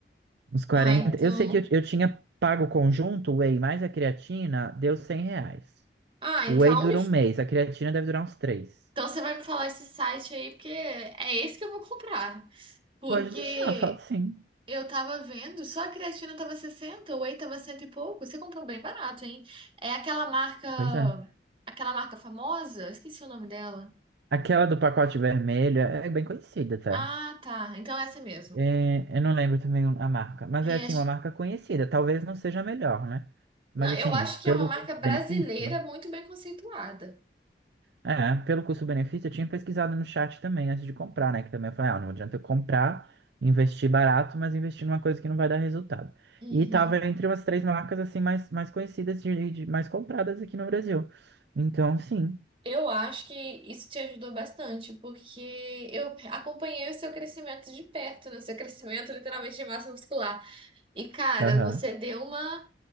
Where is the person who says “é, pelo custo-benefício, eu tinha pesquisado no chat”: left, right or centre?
Right